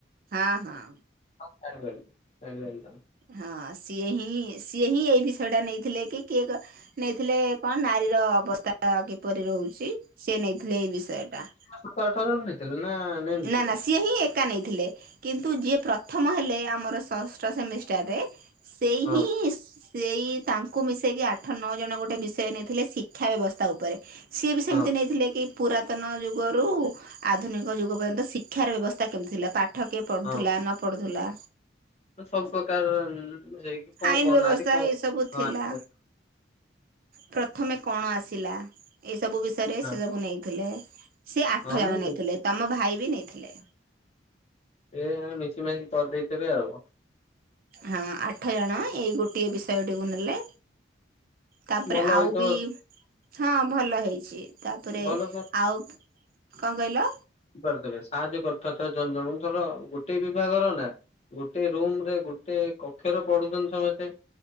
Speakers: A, on the right; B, on the left.
A: ହଁ ହଁ
B: ହଁ ଜାଣିପାଇଲୁ ଜାଣି ପାଇଲୁ
A: ହଁ ସିଏ ହିଁ ସିଏ ହିଁ ଏଇ ବିଷୟ ଟା ନେଇଥିଲେ କି କିଏ ନେଇଥିଲେ କଣ ନାରୀର ଅବସ୍ଥା କିପରି ରହୁଛି ସେ ନେଇଥିଲେ ଏଇ ବିଷୟ ଟା
B: ସାତ ଆଠଜଣ ନେଇଥିଲେ ନା ନେଇନଥିଲେ
A: ନା ନା ସ୍ ସିଏ ହିଁ ଏକା ନେଇଥିଲେ କିନ୍ତୁ ଯିଏ ପ୍ରଥମ ହେଲେ ଆମର ଷଷ୍ଠ ସେମିଷ୍ଟାରରେ ସେଇ
B: ହଁ
A: ହିଁ ସ୍ ସେଇ ତାଙ୍କୁ ମିଶେଇକି ଆଠ ନଅ ଜଣ ଗୋଟେ ବିଷୟ ନେଇଥିଲେ ଶିକ୍ଷା ବ୍ୟବସ୍ଥା ଉପରେ ସିଏ ବି ସେମିତି
B: ହଁ
A: ନେଇଥିଲେ କି ପୁରାତନ ଯୁଗରୁ ଆଧୁନିକ ଯୁଗ ପର୍ଯ୍ୟନ୍ତ ଶିକ୍ଷାର ବ୍ୟବସ୍ଥା କେମିତି ଥିଲା ପାଠ କିଏ ପଢ଼ୁଥିଲା
B: ହଁ
A: ନ ପଢ଼ୁଥିଲା
B: ସବୁ ପ୍ରକାର ସେ କଣ
A: ଆଇନ ବ୍ୟବସ୍ଥା
B: ଆଦ କଣ
A: ଏଇ ସବୁ ଥିଲା।
B: ହଁ
A: ପ୍ରଥମେ କଣ ଆସିଲା ଏଇ ସବୁ ବିଷୟରେ
B: ହଁ
A: ସେ ସବୁ ନେଇଥିଲେ ସେ ଆଠ
B: ହଁ
A: ଜଣ
B: ମୁଁ
A: ନେଇଥିଲେ ତମ ଭାଇ ବି ନେଇଥିଲେ।
B: ଏ ମିଶି ମାଶ କରିଦେଇ ଥିବେ ଆଉ।
A: ହଁ ଆଠ ଜଣ ଏଇ ଗୋଟିଏ ବିଷୟଟିକୁ ନେଲେ ତାପରେ
B: ଭଲ
A: ଆଉ
B: ହେଇତ
A: ବି ହଁ ଭଲ ହେଇଛି ତାପରେ
B: ଭଲ
A: ଆଉ କ ଣ କହିଲ?
B: ପିବେ ସାହାଯ୍ୟ କରିଥି ବେ ଜନ ଜଣଙ୍କୁ ଧର ଗୋଟେ ବିଭାଗର ନା ଗୋଟେ ରୁମ ରେ ଗୋଟେ କକ୍ଷର ପଢୁଛନ୍ତି ସମସ୍ତେ